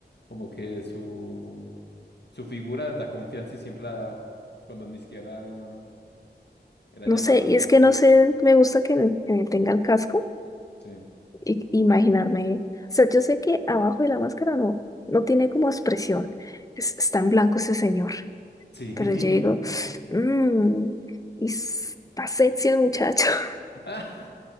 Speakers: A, on the left; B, on the left.
A: Como que su, su figura da confianza y siempre la ha dado, cuando ni siquiera era
B: no
A: llamado.
B: sé, y
A: o
B: es
A: sea,
B: que no sé, me gusta que, que tenga el casco
A: sí.
B: i- imaginarme. O sea, yo sé que abajo de la máscara no, no tiene como expresión. Es- está en blanco ese señor.
A: Sí.
B: Pero yo digo,
A: <laughs>
B: mmm, y está sexy el muchacho. <laughs>
A: Ah, <laughs>